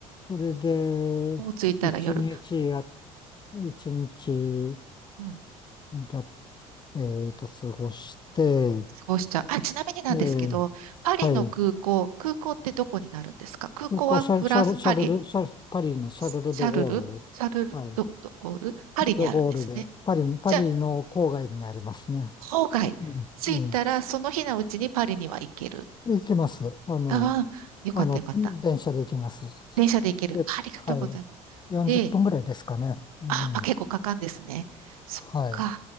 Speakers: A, on the left (about 25°); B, on the right (about 75°).
A: それで、
B: もう着いたら夜。
A: 一日や、一日
B: うん。
A: や、えっと、過ごして、
B: 過ごしちゃう。あ、ちなみになんですけど、
A: えー
B: パリの空港、
A: はい。
B: 空港ってどこになるんですか空港はフランス、
A: 空港シャル、シャル、シャルル、
B: パリ
A: シャル、パリのシャルル・
B: シャルル、
A: ド・ゴール、
B: シャルルドゴール、
A: はい、
B: パリにあるんですね。
A: ド・ゴールで、パリ、パリの郊外にありますね。
B: じゃあ、郊外、
A: うんええ、
B: 着いたらその日のうちにパリには行ける。
A: 行きます。あの、
B: ああ、よかったよかった。
A: あの、電車で行きます。
B: 電車で行ける。
A: で、
B: ありがとうございます。
A: はい。40分ぐらいですかね。
B: で、
A: うん。
B: あ、まあ、結構かかんですね。そっか。
A: はい。